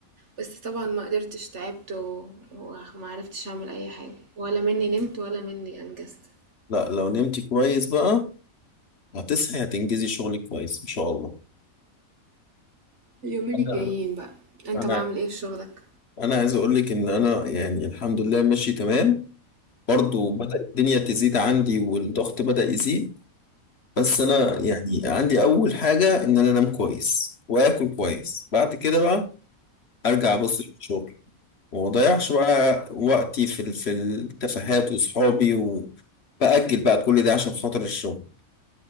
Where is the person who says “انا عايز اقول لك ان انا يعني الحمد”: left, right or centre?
Left